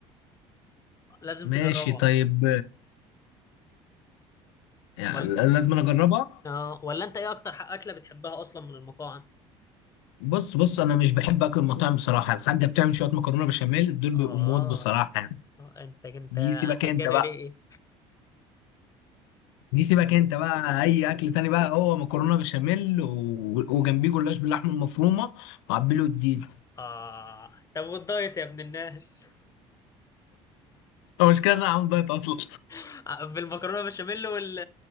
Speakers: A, on the left; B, on the left.
A: لازم
B: ماشي
A: تجربها
B: طيب يعني
A: ولا
B: لازم أنا اجربها
A: اه ولا انت ايه اكتر ح- اكلة بتحبها اصلا من المطاعم
B: بص بص انا مش بحب اكل المطاعم بصراحه الحاجه بتعمل شويه مكرونه بشاميل دول
A: اه
B: بيبقوا موت بصراحه يعني
A: آه، انت انت
B: دي سيبك
A: هتجري
B: انت بقى
A: ليه ايه
B: دي سيبك انت بقى اي اكل تاني بقى هو مكرونه بشاميل و... وجنبيه جلاش باللحمه المفرومه وعبيله الديل
A: اه طب والدايت يا ابن الناس
B: المشكله ان انا عامل دايت اصلا
A: <laughs> بالمكرونه بشاميل وال